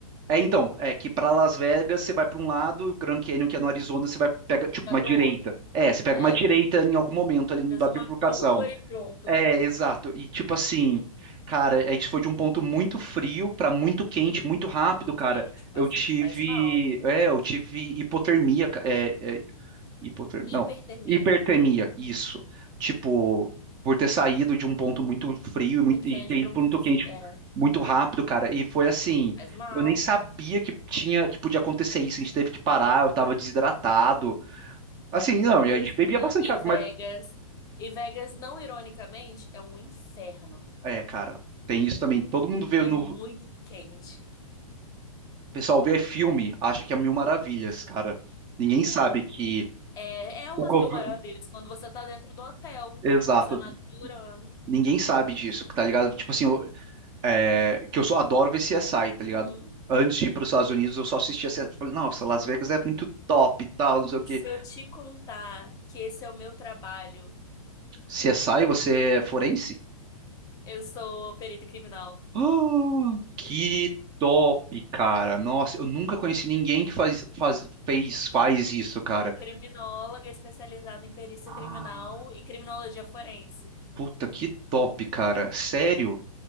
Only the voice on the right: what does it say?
é então, é que para Las Vegas você vai para um lado, o Grand Canyon que é no Arizona você vai pega tipo
uma
direita.
É, você pega
uma direita em algum momento ali na
bifurcação.
É, exato. E tipo assim, cara, a gente foi de um ponto muito frio pra muito quente, muito rápido,
cara.
Eu
tive,
é, eu tive hipotermia, ca- é, é, hipotermia,
não, hipertermia, isso. Tipo, por ter saído de um ponto muito frio e, muito,
e
ter
ido para
muito quente
muito rápido, cara. E foi assim,
eu nem sabia que tinha, que podia acontecer isso. A gente teve que parar, eu tava desidratado. Assim, não, e
a gente
bebia bastante
água,
mas
é, cara, tem isso também. Todo mundo vê
no
O pessoal vê filme, acha que é mil maravilhas, cara. Ninguém
sabe que
o governo.
Exato.
Ninguém sabe disso, tá ligado? Tipo assim, eu- é, que eu só adoro ver CSI, tá ligado?
Antes de ir para os Estados Unidos, eu só assistia CSI. Falei, nossa, Las Vegas é muito top e tal, não sei o quê.
CSI, você é forense?
Ah, que top, cara. Nossa, eu nunca conheci ninguém que faz, faz, fez, faz isso, cara.
Ah,
puta, que top, cara. Sério?